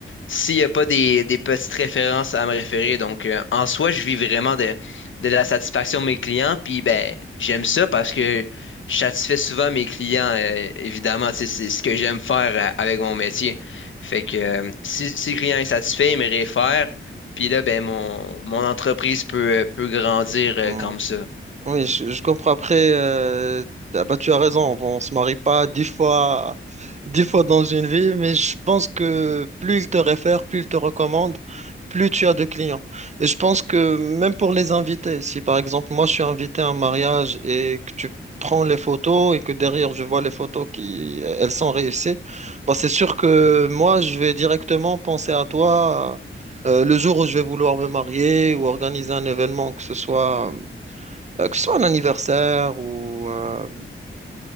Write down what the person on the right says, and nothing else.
Mm.
Oui, je, je comprends. Après, euh, ah bah, tu as raison, on, se marie pas dix fois, dix fois dans une vie, mais je pense que plus ils te réfèrent, plus ils te recommandent, plus tu as de clients. Et je pense que même pour les invités, si par exemple moi je suis invité à un mariage et que tu prends les photos et que derrière je vois les photos qui, elles sont réussies, bah, c'est sûr que moi je vais directement penser à toi. euh, le jour où je vais vouloir me marier ou organiser un événement, que ce soit euh, que ce soit un anniversaire ou, euh,